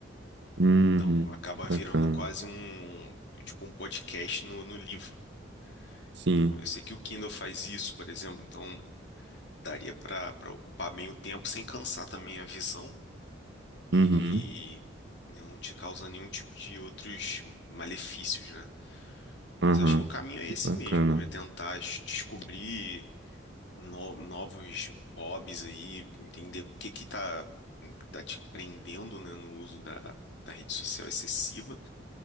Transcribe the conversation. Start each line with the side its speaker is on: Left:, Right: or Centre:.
Right: uhum.
Left: Então acaba virando
Right: Bacana.
Left: quase um, tipo, um podcast no, no livro.
Right: Sim.
Left: Então eu sei que o Kindle faz isso, por exemplo, então daria para para ocupar bem o tempo sem cansar também a visão e
Right: Uhum,
Left: não te causar nenhum tipo de outros malefícios, né? Mas
Right: aham,
Left: acho que o caminho é esse
Right: bacana,
Left: mesmo, é tentar es- descobrir no- novos hobbies aí, entender o que que tá, tá te prendendo, né, no uso da, da rede social excessiva